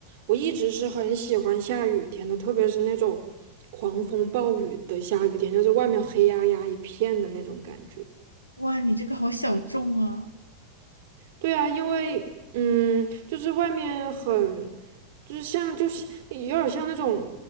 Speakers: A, on the right; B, on the left.
A: 我一直是很喜欢下雨天的，特别是那种狂风暴雨的下雨天，就是外面黑压压一片的那种感觉。
B: 哇，你这个好小众啊！
A: 对啊，因为嗯，就是外面很，就是像就是有点儿像那种，